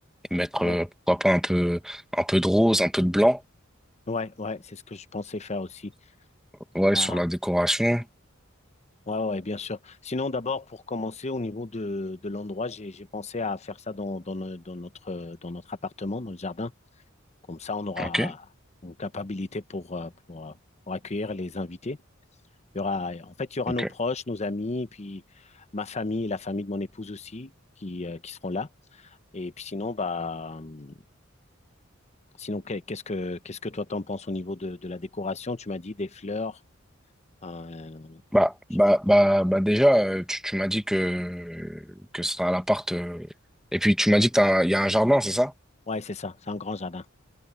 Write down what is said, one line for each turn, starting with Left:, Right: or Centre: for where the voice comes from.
Centre: et mettre
Left: Ouais,
Centre: euh, pourquoi pas un peu, un peu de rose, un peu de blanc
Left: ouais, ouais, c'est ce que je pensais faire aussi.
Centre: ouais,
Left: Ah,
Centre: sur la décoration.
Left: ouais, ouais, bien sûr. Sinon, d'abord, pour commencer, au niveau de, de l'endroit, j'ai, j'ai pensé à faire ça dans, dans, no- dans notre, dans notre appartement, dans le jardin. Comme ça, on aura
Centre: Ok.
Left: euh, une capacité pour, euh, pour, euh, pour accueillir les invités. Il y aura, en fait, il y aura
Centre: Ok.
Left: nos proches, nos amis, et puis ma famille, la famille de mon épouse aussi, qui, euh, qui seront là. Et puis sinon, bah, euh, sinon, qu'est- qu'est-ce que, qu'est-ce que toi t'en penses au niveau de, de la décoration? Tu m'as dit des fleurs. euh,
Centre: Bah,
Left: je-
Centre: bah, bah, bah déjà, euh, tu, tu m'as dit que, que ce sera à l'appart. euh, et puis tu m'as dit qu'il y a un jardin, c'est ça?
Left: Ouais, c'est ça. C'est un grand jardin.